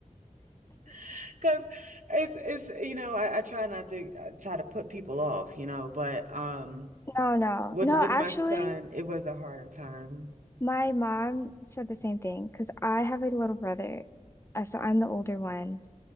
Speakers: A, on the right (about 70°); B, on the left (about 20°).
A: <laughs> because it's, it's, you know, I, I try not to I try to put people off, you know, but um,
B: <laughs> No, no.
A: with
B: No,
A: with
B: actually,
A: my son, it was a harder time.
B: my mom said the same thing because I have a little brother. Uh, so I'm the older one.